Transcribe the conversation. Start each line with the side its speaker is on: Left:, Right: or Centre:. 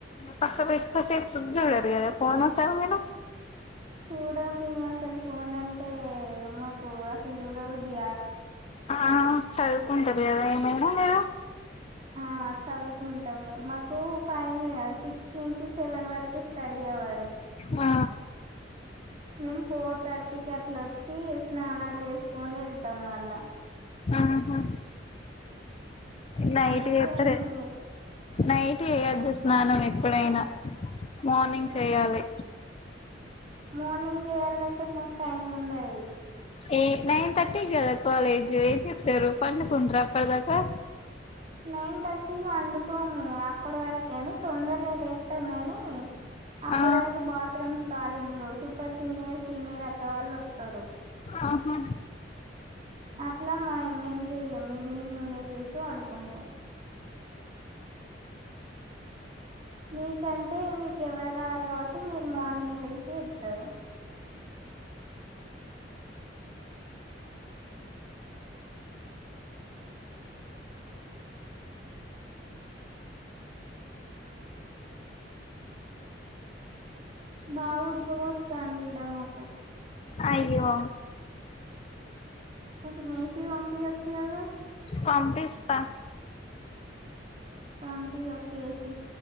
Left: ప పో త సె జుడారు గద కోనసా మీల
Right: చూడం మేము అసలు ఫోన్ అంటే మాకు అసలు చూడవద్ది
Left: ఆ చదువుకుంటారు కదా ఏమైనా మీరు
Right: ఆ చదువుకుంటాం మే మాకు ఫైన్ సిక్స్ నుంచి సెవెన్ వరకు స్టడీ అయవారు
Left: ఆ
Right: మేము ఫోర్ థర్టీకి అట్లొచ్చి స్నానాలు వేసుకొని వెళ్తాం మళ్ళా
Left: ఆహా నైట్
Right: అందుకే
Left: ఎత్ర
Right: మేము
Left: నైట్ చేయొద్దు స్నానం ఎప్పుడైనా మార్నింగ్ చేయ్యాలి
Right: మార్నింగ్ చేయాలంటే మాకు టైం ఉండది
Left: ఏ నైన్ థర్టీ కదా కాలేజు ఏయి చెప్తారు పండుకుంటారు అప్పటిదాకా
Right: నైన్ త ఇటికి పండుకోము అప్పటి వరకు కాని తొందరగా లేస్తాము ని అప్పటి
Left: ఆ
Right: వరకు బాత్రూమ్స్ ఖాళీ ఉండొ సూపర్ సీనియర్ సీనియర్ అక్కవాళ్ళు వస్తారు
Left: ఆహా
Right: అట్లా మేం చెయ్యం మేము ఈవినింగ్ ఏ చేసి పడుకుంటాం మీకంటే మీకు ఎవరు రారు కాబట్టి మీరు మార్నింగ్ లేసి ఇస్తారు బా ఉడుక పోస్తాంది ఈడ మాకు
Left: అయ్యో
Right: కొంచెం ఏసీ పంపియొచ్చుకదా
Left: పంపిస్తా
Right: పంపి ఒక ఏసి